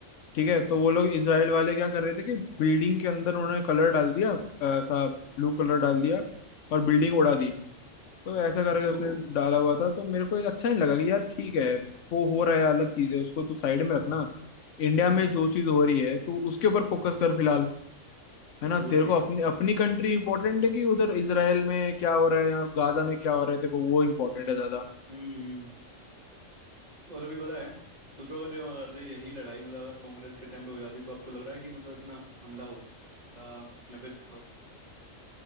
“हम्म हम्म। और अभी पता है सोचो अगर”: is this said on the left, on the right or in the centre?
Right